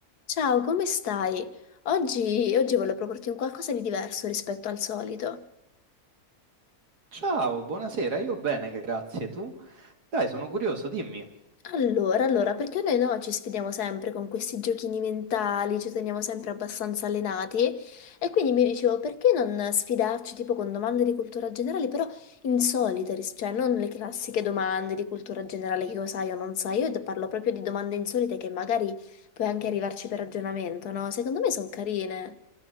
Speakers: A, on the left; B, on the right.
A: Ciao, come stai? Oggi, oggi volevo proporti un qualcosa di diverso rispetto al solito.
B: Ciao, buonasera, io bene, grazie. Tu? Dai, sono curioso, dimmi.
A: Allora, allora, perché noi no, ci sfidiamo sempre con questi giochini mentali, ci teniamo sempre abbastanza allenati e quindi mi dicevo perché non sfidarci tipo con domande di cultura generale, però insolite, ris- cioè non le classiche domande di cultura generale che io sai o non sai, io te parlo proprio di domande insolite che magari puoi anche arrivarci per ragionamento, no? Secondo me sono carine.